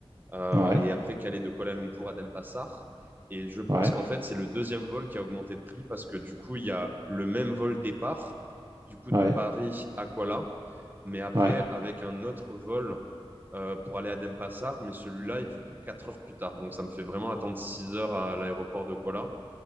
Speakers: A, on the right (about 20°); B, on the right (about 35°).
A: euh,
B: Ouais,
A: et après Calais de Kuala Lumpur à Denpasar. Et je pense
B: ouais,
A: qu'en fait, c'est le deuxième vol qui a augmenté de prix parce que du coup, il y a le même vol départ, du coup,
B: ouais,
A: de Paris à Kuala, mais après,
B: ouais.
A: avec un autre vol euh, pour aller à Denpasar, mais celui-là est du coup 4 heures plus tard. Donc, ça me fait vraiment attendre 6 heures à l'aéroport de Kuala.